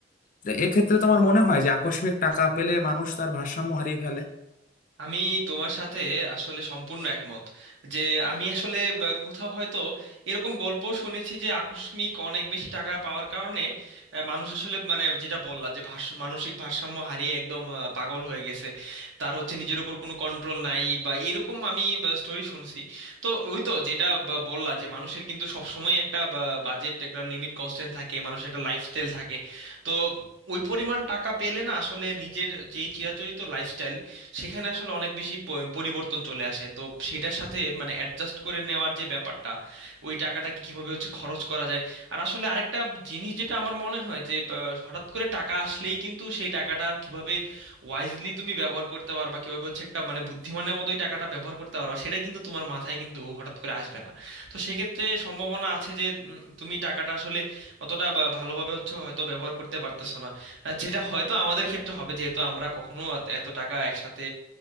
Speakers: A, on the left; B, on the right.
A: তো এক্ষেত্রে তোমার মনে হয় যে আকস্মিক টাকা পেলে মানুষ তার ভারসাম্য হারিয়ে ফেলে
B: আমি তোমার সাথে আসলে সম্পূর্ণ একমত যে আমি আসলে ব- কোথাও হয়তো এরকম গল্প শুনেছি যে আকস্মিক অনেক বেশি টাকা পাওয়ার কারণে আহ, মানুষ আসলে মানে যেটা বললা যে ভাষ মানসিক ভারসাম্য হারিয়ে একদম আহ, পাগল হয়ে গেছে তার হচ্ছে নিজের উপর কোনো কন্ট্রোল নাই বা এরকম আমি স্টোরি শুনছি তো ওই তো যেটা ব- বললা যে মানুষের কিন্তু সবসময় একটা বাজেট একটা লিমিট কনস্ট্যান্ট থাকে মানুষের একটা লাইফস্টাইল থাকে তো ওই পরিমাণ টাকা পেলে না আসলে নিজের যেই চিরাচরিত লাইফস্টাইল সেখানে আসলে অনেক বেশি প- পরিবর্তন চলে আসে তো সেটার সাথে মানে অ্যাডজাস্ট করে নেওয়ার যে ব্যাপারটা ওই টাকাটাকে কিভাবে হচ্ছে খরচ করা যায় আর আসলে আরেকটা জিনিস যেটা আমার মনে হয় যে আহ, হঠাৎ করে টাকা আসলেই কিন্তু সেই টাকাটা কিভাবে ওয়াইজলি তুমি ব্যবহার করতে পারবা কিভাবে হচ্ছে একটা মানে বুদ্ধিমানের মতোই টাকাটা ব্যবহার করতে পারবা সেটা কিন্তু তোমার মাথায় কিন্তু হঠাৎ করে আসবে না তো সেক্ষেত্রে সম্ভাবনা আছে যে উম, তুমি টাকাটা আসলে অতটা বা- ভালোভাবে হচ্ছে হয়তো ব্যবহার করতে পারতেছো না আর যেটা হয়তো আমাদের ক্ষেত্রে হবে যেহেতু আমরা কখনো এত এত টাকা একসাথে